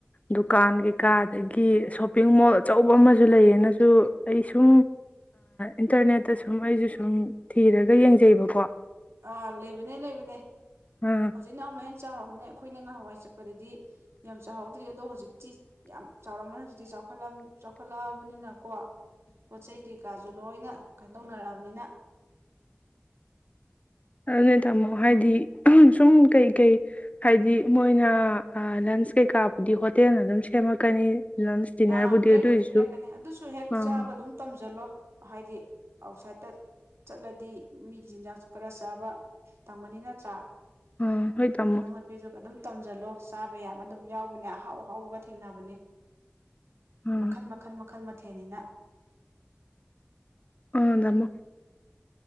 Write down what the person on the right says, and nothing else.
ꯑꯥ ꯂꯩꯕꯅꯦ ꯂꯩꯕꯅꯦ
ꯍꯧꯖꯤꯛ <unintelligible> ꯆꯥꯎꯔꯝꯅꯦ ꯑꯩꯈꯣꯏꯅ ꯉꯍꯥꯟꯋꯥꯏ ꯆꯠꯄꯗꯗꯤ ꯌꯥꯝ ꯆꯥꯎꯍꯧꯗ꯭ꯔꯤ ꯑꯗꯣ ꯍꯧꯖꯤꯛꯇꯤ ꯌꯥꯝ ꯆꯥꯎꯔꯝꯕꯅ ꯍꯧꯖꯤꯛꯇꯤ ꯆꯥꯎ ꯆꯥꯎꯈꯠꯂꯛꯑꯕꯅꯤꯅꯀꯣ ꯄꯣꯠ ꯆꯩ ꯀꯩ ꯀꯥꯖꯨ ꯂꯣꯏꯅ ꯀꯥꯏꯗꯣꯛꯅꯔꯛꯑꯕꯅꯤꯅ
ꯑꯥ ꯄꯤꯔꯛꯀꯅꯤ
ꯄꯤꯔꯛꯀꯅꯤ ꯑꯗꯨꯁꯨ ꯍꯦꯛ
ꯆꯥꯕ ꯑꯗꯨꯝ ꯇꯝꯖꯜꯂꯣ ꯍꯥꯏꯗꯤ ꯑꯥꯎꯠꯁꯥꯏꯠꯇ ꯆꯠꯂꯗꯤ ꯃꯤꯒꯤ ꯆꯤꯟꯖꯥꯛꯁꯨ ꯈꯔ ꯆꯥꯕ ꯇꯝꯒꯅꯤ ꯅꯠꯇ꯭ꯔꯥ
ꯑꯗ ꯅꯃ ꯄꯤꯖꯣ ꯑꯗꯨꯝ ꯇꯝꯁꯤꯜꯂꯣ ꯆꯥꯕ ꯌꯥꯕ ꯑꯗꯨꯝ ꯌꯥꯎꯕꯅꯦ ꯑꯍꯥꯎ ꯑꯍꯥꯎꯕꯒ ꯊꯦꯡꯅꯕꯅꯦ
ꯃꯈꯜ ꯃꯈꯜ ꯃꯈꯜ ꯃꯊꯦꯜꯅꯤꯅ